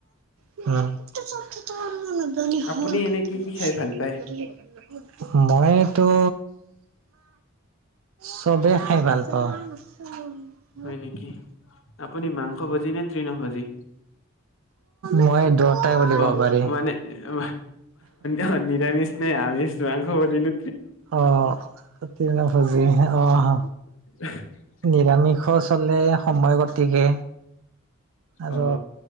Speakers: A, on the right; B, on the left.
A: উম। <unintelligible>
B: আপুনি এনে কি কি খাই ভাল পায়
A: মইতো চবেই <unintelligible> খাই ভাল পাওঁ। <unintelligible>
B: হয় নেকি? আপুনি মাংসভোজি নে তৃণভোজি?
A: মই দুয়োটাই বুলি
B: অ',
A: ক'ব পাৰি।
B: মানে, অ, অ, নিৰামিষ নে আমিষ? মাংসভোজি নে
A: অ', তৃৰ্ণভোজি, অহ।
B: <unintelligible>
A: নিৰামিষও চলে সময় গতিকে, আৰু
B: অ